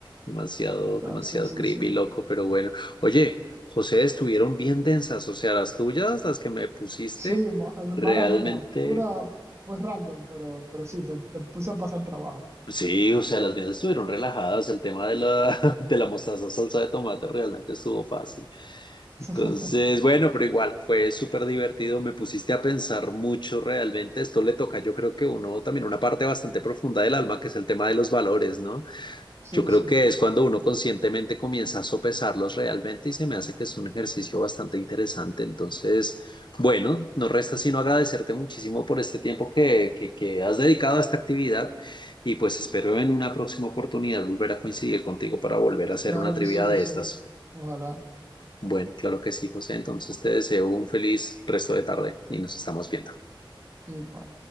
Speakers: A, on the left; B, on the right.
A: demasiado, demasiado
B: Sí, sí,
A: creepy,
B: sí.
A: loco, pero bueno. Oye, José, estuvieron bien densas, o sea, las tuyas, las que me pusiste,
B: Sí, ma-
A: realmente,
B: mala mía. Pura, pues random, pero, pero sí, te, te puse a pasar trabajo.
A: sí, o sea, las mías estuvieron relajadas. El tema de la, <laughs> de la mostaza salsa de tomate realmente estuvo fácil.
B: <laughs>
A: Entonces, bueno, pero igual fue súper divertido, me pusiste a pensar mucho realmente, esto le toca yo creo que uno también una parte bastante profunda del alma, que es el tema de los valores, ¿no?
B: Sí,
A: Yo creo
B: sí.
A: que es cuando uno conscientemente comienza a sopesarlos realmente y se me hace que es un ejercicio bastante interesante. Entonces, bueno, no resta sino agradecerte muchísimo por este tiempo que, que, que has dedicado a esta actividad y pues espero en una próxima oportunidad volver a coincidir contigo para volver a hacer
B: Claro
A: una trivia
B: que sí,
A: de
B: sí.
A: estas.
B: Ojalá.
A: Bueno, claro que sí, José. Entonces te deseo un feliz resto de tarde y nos estamos viendo.
B: Igual.